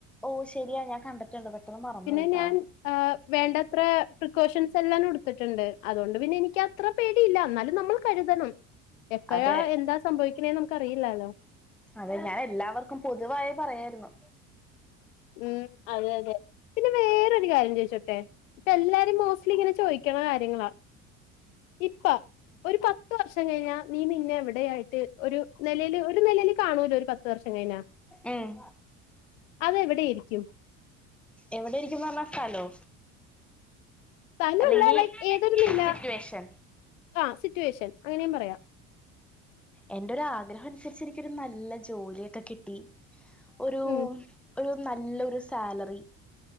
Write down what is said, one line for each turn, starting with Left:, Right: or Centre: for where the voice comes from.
Centre: ഓ ശരിയാ ഞാൻ കണ്ടിട്ടുണ്ട് പെട്ടെന്ന് മറന്നു
Left: പിന്നെ
Centre: പോയിട്ടാ
Left: ഞാൻ അഹ് വേണ്ടത്ര പ്രിക്കോഷൻസ് എല്ലാം കൊടുത്തിട്ടുണ്ട് അതുകൊണ്ട് പിന്നെ എനിക്ക് അത്ര പേടിയില്ല എന്നാലും നമ്മള് കരുതണം എപ്പോഴാ
Centre: അതെ
Left: എന്താ സംഭവിക്കണേന്ന് നമുക്ക് അറിയില്ലാലോ
Centre: അതെ ഞാൻ എല്ലാവർക്കും പൊതുവായി പറയരുന്നു
Left: ഉം അതെ അതെ പിന്നെ വേറൊരു കാര്യം ചോയിച്ചോട്ടെ ഇപ്പ എല്ലാരും മോ ഇങ്ങനെ ചോദിക്കണ കാര്യങ്ങളാ ഇപ്പ ഒരു പത്ത് വർഷം കഴിഞ്ഞാ നീ പിന്നെ എവിടെയായിട്ട് ഒരു ന്നലേല് ഒരു നിലേല് കാണൂലോ ഒരു പത്ത് വർഷം കഴിഞ്ഞാ
Centre: ഉം
Left: അതെവി ടെയിരിക്കും
Centre: എവിടെ ഇരിക്കുംന്ന് പറഞ്ഞാ സ്ഥലോ
Left: സ്ഥലല്ല
Centre: അല്ലെങ്കി
Left: ലൈക്ക് ഏതൊരു നില
Centre: സിറ്റുവേഷൻ
Left: ആ സിറ്റുവേഷൻ അങ്ങനെയും പറയാം
Centre: എന്റെ ഒരു ആഗ്രഹം അനുസരിച്ച് എനിക്കൊരു നല്ല ജോലിയൊക്കെ കിട്ടി ഒരു
Left: ഉം
Centre: ഒരു നല്ലൊരു സാലറി